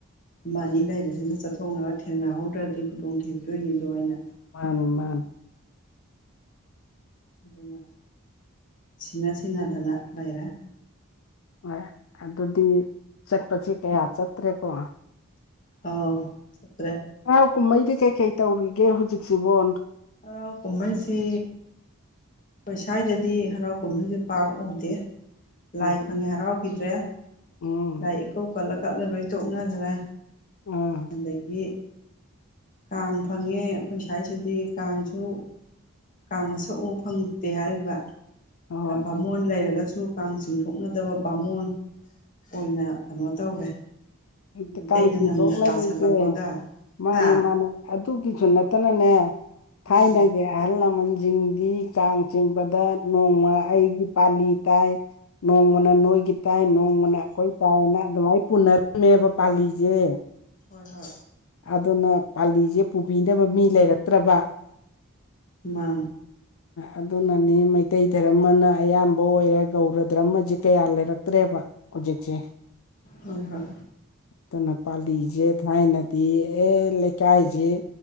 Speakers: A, on the left; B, on the left.
A: ꯑꯃ ꯑꯅꯤ ꯂꯩꯕꯁꯤꯅ ꯆꯠꯊꯣꯛꯅꯔ ꯊꯦꯡꯅꯍꯧꯗ꯭ꯔꯗꯤ ꯈꯨꯗꯣꯡ ꯊꯤꯗꯣꯏꯅꯤꯗꯣ ꯑꯩꯅ
B: ꯃꯥꯅꯦ ꯃꯥꯅꯦ
A: ꯑꯗꯨꯅ ꯁꯤꯅ ꯁꯤꯟꯅꯗꯅ ꯂꯩꯔꯦ
B: ꯍꯣꯏ ꯑꯗꯨꯗꯤ ꯆꯠꯄꯁꯦ ꯀꯌꯥ ꯆꯠꯇ꯭ꯔꯦꯀꯣ
A: ꯑꯧ ꯆꯠꯇꯔꯦ
B: ꯍꯔꯥꯎ ꯀꯨꯝꯃꯩꯗꯤ ꯀꯩꯀꯩ ꯇꯧꯔꯤꯒꯦ ꯍꯧꯖꯤꯛꯁꯤꯕꯣ
A: ꯑꯧ ꯀꯨꯝꯃꯩꯁꯤ ꯄꯩꯁꯥꯏꯗꯗꯤ ꯍꯔꯥꯎ ꯀꯨꯝꯃꯩꯖꯦ ꯄꯥꯛ ꯎꯗꯦ ꯂꯥꯏ
B: ꯎꯝ
A: ꯐꯪꯉꯦ ꯍꯔꯥꯎꯈꯤꯗ꯭ꯔꯦ
B: ꯎꯝ
A: ꯂꯥꯏ ꯏꯀꯧ ꯀꯠꯂ ꯀꯠꯂ ꯂꯣꯏ ꯇꯣꯛꯅꯈ꯭ꯔꯦ
B: ꯑꯥ
A: ꯑꯗꯒꯤ ꯀꯥꯡ ꯐꯪꯉꯦ ꯑꯈꯣꯏ ꯁꯥꯏꯁꯤꯗꯤ ꯀꯥꯡꯁꯨ ꯀꯥꯡ ꯃꯁꯛ ꯎ ꯐꯪꯗꯦ ꯍꯥꯏꯔꯤꯕ
B: ꯍꯣꯏ
A: ꯀ ꯕꯥꯝꯃꯣꯟ ꯂꯩꯔꯒꯁꯨ ꯀꯥꯡ ꯆꯤꯡ ꯊꯣꯛꯅꯗꯕ ꯕꯥꯝꯃꯣꯟ ꯑꯣꯏꯅ ꯀꯩꯅꯣ ꯇꯧꯔꯦ
B: ꯍꯧꯇꯤ
A: ꯃꯩꯇꯩꯅ
B: ꯀꯥꯡ ꯆꯤꯟ
A: ꯅꯝꯅ
B: ꯊꯣꯛꯅꯗꯤꯖꯦ
A: ꯇꯥꯁꯜꯂꯛꯄꯒ
B: ꯃꯥꯅꯦ
A: ꯍꯥ
B: ꯃꯥꯅꯦ ꯑꯗꯨꯒꯤꯁꯨ ꯅꯠꯇꯅꯅꯦ
A: ꯎꯝ
B: ꯊꯥꯏꯅꯒꯤ ꯑꯍꯜ ꯂꯃꯟꯖꯤꯡꯗꯤ ꯆꯥꯡ ꯆꯤꯡꯕꯗ ꯅꯣꯡꯃ ꯑꯩꯒꯤ ꯄꯥꯂꯤ ꯇꯥꯏ ꯅꯣꯡꯃꯅ ꯅꯣꯏꯒꯤ ꯇꯥꯏ ꯅꯣꯡꯃꯅ ꯑꯈꯣꯏ ꯇꯥꯏꯅ ꯑꯗꯨꯃꯥꯏꯅ ꯊꫭꯟꯅꯔꯝꯃꯦꯕ ꯄꯥꯜꯂꯤꯖꯦ
A: ꯍꯣꯏ ꯍꯣꯏ
B: ꯑꯗꯨꯅ ꯄꯥꯂꯤꯖꯦ ꯄꯨꯕꯤꯅꯕ ꯃꯤ ꯂꯩꯔꯛꯇ꯭ꯔꯕ
A: ꯃꯥ
B: ꯑꯗꯨꯅꯅꯤ ꯃꯩꯇꯩ ꯙꯔꯃꯅ ꯑꯌꯥꯝꯕ ꯑꯣꯏꯔꯦ ꯒꯧꯔ ꯙꯔꯃꯁꯦ ꯀꯌꯥ ꯂꯩꯔꯛꯇ꯭ꯔꯦꯕ ꯍꯧꯖꯤꯛꯁꯦ
A: ꯍꯣꯏ ꯍꯣꯏ
B: ꯑꯗꯨꯅ ꯄꯥꯂꯤꯁꯦ ꯊꯥꯏꯅ ꯇꯤ ꯑꯦ ꯂꯩꯀꯥꯏꯖ